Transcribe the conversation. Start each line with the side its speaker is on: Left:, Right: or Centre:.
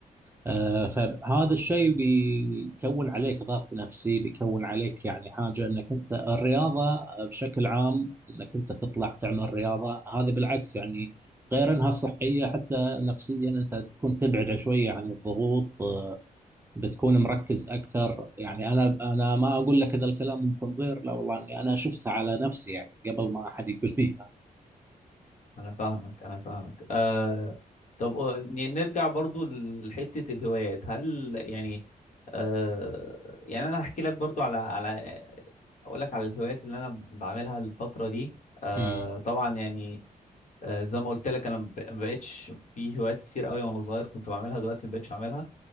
Right: آه، فهذا الشيء بيكون عليك ضغط نفسي بيكون عليك يعني حاجة أنك أنت الرياضة بشكل عام أنك أنت تطلع تعمل رياضة هذه بالعكس يعني غير أنها صحية حتى نفسيا أنت تكون تبعد شوية عن الضغوط آه، بتكون مركز اكثر يعني انا انا ما اقول لك هذا الكلام من تنظير لا والله اني انا شفتها على نفسي يعني قبل ما احد يقول لي إياها.
Left: انا فاهمك انا فاهمك آه طب آه، ن- نرجع برضو لحتة الهوايات هل يعني آه يعني انا هحكي لك برضو على على اقول لك على الهوايات اللي انا بعملها الفترة دي آه
Right: امم
Left: طبعا يعني آه زي ما قلت لك انا ب- ما بقتش في هوايات كتير قوي وانا صغير كنت بعملها دلوقتي ما بقتش اعملها